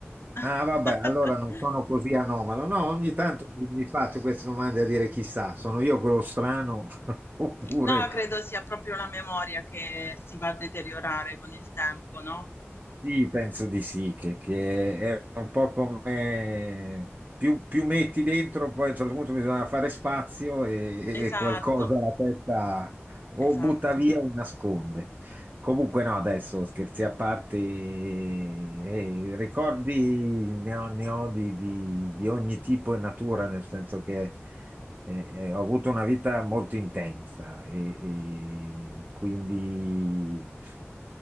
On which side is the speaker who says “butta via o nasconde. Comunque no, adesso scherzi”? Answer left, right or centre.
Right